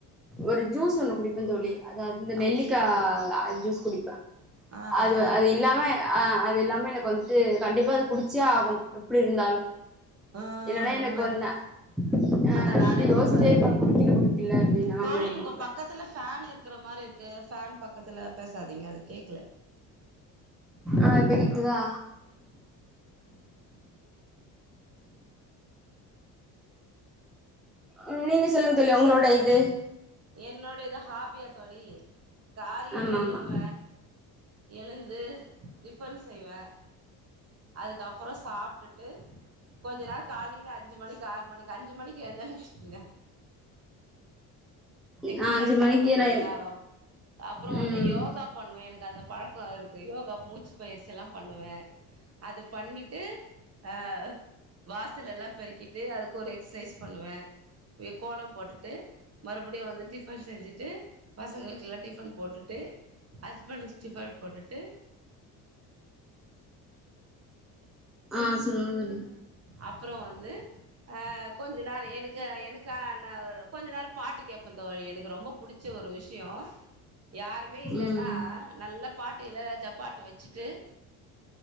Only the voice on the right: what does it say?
ஆ
ஆ
ஆ
ஆஹ்
நல்லது
அந்த
நாளே
போகாது
தோழி
உங்க பக்கத்துல ஃபேனு இருக்குற மாரி இருக்கு ஃபேன் பக்கத்துல பேசாதீங்க அது கேக்ல
என்னுடையதா ஹாப்பியா தோழி காலிலே
எழுவ எழுந் து டிஃபன் செய்வ அதுக்கப்றோ சாப்ட்டுட்டு கொஞ்ச நேரோ காலி கீ அஞ்சுமணி இங்க ஆறு மணிக்கு அஞ்சு மணிக்கு எந்த லஷ்மிங்க எக்ஸ்சைஸ்
பண்ணு கொஞ்ச
நேரொ அப்றோ
வந்து யோகா பண்ணுவே எனக்கு அந்த பழக்கோ இருக் கு யோகா மூச் பயிற்சில்லா பண்ணுவே அது பண்ணிட்டூ ஆ வாசல் எல்லா பெருக்கிட்டூ அத் ஒர் எக்ஸ்சைஸ் பண்ணுவே மீ கோலம் போட்டுட்டு மறுப் இப்பிடி வந்து டிஃபன் செஞ்சிட்டு பசங்குளுக்கிலா டிஃபன் போட்டுட்டு ஹஸ்பன்டுஸ் டிஃபன் போட்டுட்டு
அப்றோ வந்து ஆ கொஞ்ச நேரோ எனக்கு எனுக்கா நேரோ கொஞ்ச நேரோ பாட்டு கேட்பே தோழி எனுக்கு ரொம்ப புடிச்ச ஒரு விஷ் தியோ யாருமே இல்லன்னா
நல்ல பாட்டு இளயராஜா பாட்டு வச்சிட்டு